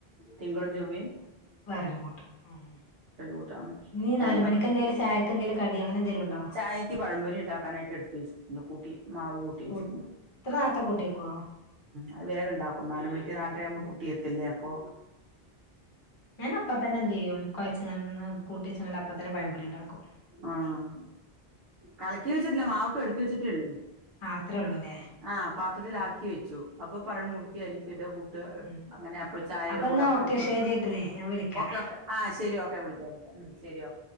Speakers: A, on the right; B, on the left.
A: തിങ്കളും ചൊവ്വം
B: വേറൊരു കൂട്ടം ഉം
A: കൂട്ടം
B: ഇനിനാലു
A: രണ്ടെണ്ണം
B: മണിക്കെന്തേലും ചായക്ക് എന്തേലും കടി അങ്ങനെ എന്തേലും ഉണ്ടോ
A: ചായക്ക് പഴംമ്പൊരി ഉണ്ടാക്കാനായിട്ട് എടുത്ത് വെച്ചിട്ടുണ്ട് മാവ് കൂട്ടി
B: കൂ
A: വെച്ചിട്ടുണ്ട്
B: ഇത്ര നേർത്തെ കൂട്ട്യക്കൊ
A: അഹ് വേഗം ഉണ്ടാക്കും നാല്മണിക്ക് നാലര ആവുമ്പോൾ കുട്ടിയ എത്തില്ലേ അപ്പോൾ
B: ഞാൻ അപ്പ തന്നെ എന്ത് ചെയ്യും കൊഴച്ച് ങ്ങാണ്ട് കൂട്ട്യ ച്ച് ങ്ങാണ്ട് അപ്പം തന്നെ പഴം പൊരിണ്ടാക്കും
A: ആഹ് കളക്കി വെച്ചിട്ടില്ല മാവെക്കെ എടുത്തുവെച്ചിട്ടേ ഉള്ളു
B: ആ അത്രേ ഉള്ളൂല്ലേ
A: ആ പാത്രത്തിലാക്കി വെച്ചു അപ്പൊ പഴം മുറ്ക്കിയാലി ഇട കൂട്ട
B: ഉം
A: അങ്ങനെ അപ്പഴും ചായയുടെ
B: അപ്പൊ എന്നാ
A: കൂടെ അപ്പഴായിണ്ട്
B: ഓക്കെ ശരിയേട്ടില്ലേ ഞാൻ വിളിക്കാം
A: ഓക്കെ ഓക്കെ ആ ശരി ഓക്കെ വിളിക്കാം വിളിക്കാം ഉ ശരി ഓക്കെ